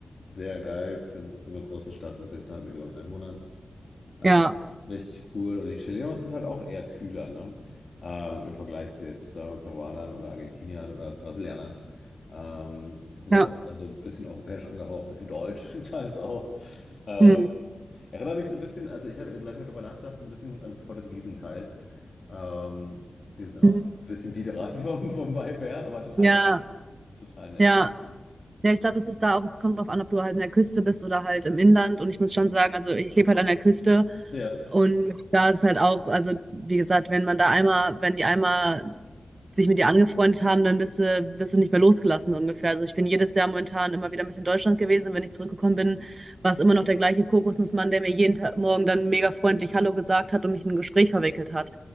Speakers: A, on the left; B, on the right.
A: sehr geil. Es ist eine große Stadt mit 6,5 Millionen Einwohnern. Also
B: Ja,
A: richtig cool. Und die Chilenos sind halt auch eher kühler, ne? Ähm, im Vergleich zu jetzt, sagen wir, Peruanern oder Argentiniern oder Brasilianern. Ähm, die sind
B: ja.
A: ja auch eher so ein bisschen europäisch angehaucht, ein bisschen deutsch <laughs> teils auch. Ähm,
B: Mhm.
A: erinnert mich so ein bisschen, also ich habe lange darüber nachgedacht, so ein bisschen an Portugiesen teils. Ähm, die sind auch
B: Mhm.
A: so ein bisschen biederer <laughs> vom, vom Vibe her, aber total
B: Ja,
A: nett. Total nett.
B: ja. Ja, ich glaube, das ist da auch, es kommt drauf an, ob du halt an der Küste bist oder halt im Inland. Und ich muss schon sagen, also ich lebe halt an der Küste
A: Ja,
B: und da ist halt auch, also wie gesagt, wenn man da einmal, wenn die einmal sich mit dir angefreundet haben, dann bist du, bist du nicht mehr losgelassen so ungefähr. Also ich bin jedes Jahr momentan immer wieder ein bisschen in Deutschland gewesen. Wenn ich zurückgekommen bin, war es immer noch der gleiche Kokosnussmann, der mir jeden Ta- Morgen dann mega freundlich Hallo gesagt hat und mich in ein Gespräch verwickelt hat.